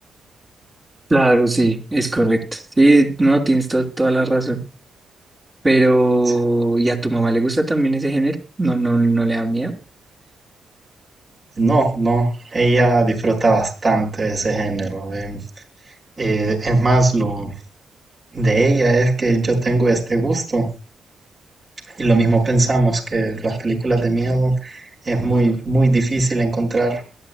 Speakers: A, on the right; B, on the right.
A: Claro, sí, es correcto. Sí, no, tienes to- toda la razón. Pero,
B: Sí.
A: ¿y a tu mamá le gusta también ese género? No, no, no le da miedo.
B: No, no, ella disfruta bastante de ese género. eh, eh, es más, lo de ella es que yo tengo este gusto y lo mismo pensamos que las películas de miedo es muy, muy difícil encontrar